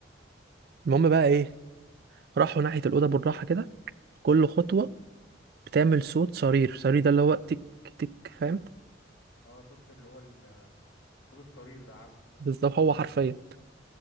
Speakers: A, on the right (about 55°); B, on the left (about 80°).
A: المهم بقى ايه راحوا ناحيه الاوضه بالراحه كده كل خطوه بتعمل صوت صرير صرير ده اللي هو تك تك فاهم
B: اه صوت اللي هو ال- صوت الصرير ده عارفه
A: بالظبط هو حرفيا